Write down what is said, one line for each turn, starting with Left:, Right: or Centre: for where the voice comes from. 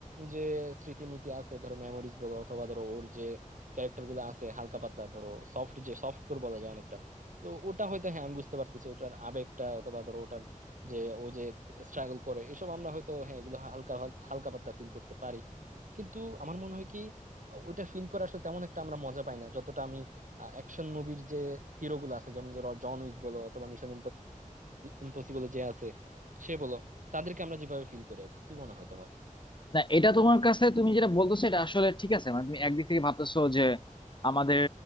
Right: যে স্মৃতিমিতি আছে ধরো মেমোরিজ বলো অথবা ধরো ওর যে ক্যারেক্টার গুলো আছে হালকা পাতলা ধরো সফট যে সফট কোর বলা যায় অনেকটা তো ওটা হয়তো হ্যাঁ আমি বুঝতে পারতেছি ওটার আবেগটা অথবা ধরো ওটার যে ও যে স্ট্রাগল করে এসব আমরা হয়তো হ্যাঁ এগুলো হালকা হালকা পাতলা ফিল করতে পারি কিন্তু আমার মনে হয় কি ওইটা ফিল করা আসলে তেমন একটা আমরা মজা পাই না যতটা আমি অ্যাকশন মুভির যে হিরো গুলো আছে যেমন ধরো জন উইক বলো অথবা মিশন ইম্পসিবল যে আছে সে বলো তাদেরকে আমরা যেভাবে ফিল করি আর কি কি মনে হয় তোমার
Left: না এটা তোমার কাছে তুমি যেটা বলতেছো এটা আসলে ঠিক আছে মানে তুমি একদিক থেকে ভাবতেছো যে আমাদের